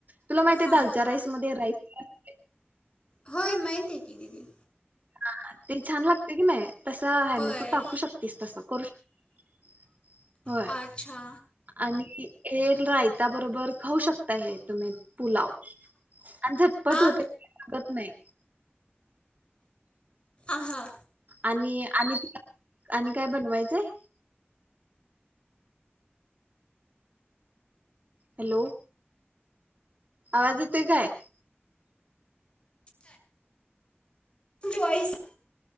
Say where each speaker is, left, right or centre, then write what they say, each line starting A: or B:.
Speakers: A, on the right; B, on the left.
A: तुला माहित आहे
B: हां
A: दालच्या
B: हां
A: राईस मध्ये राईस
B: होय माहीत आहे की, दीदी
A: ह ते छान लागतयं क नाही तसं आहे
B: होय
A: मग तू टाकू शकतेस तसं करू शकतीस होय
B: अच्छा
A: आणि हे रायता बरोबर खाऊ शकता हे तुम्ही पुलाव आणि झटपट
B: हा
A: होते <unintelligible> लागत नाही
B: हा
A: आणि आणि आणि काय बनवायचंय? हॅलो, आवाज येतोय काय?
B: <unintelligible> तुमची वॉईस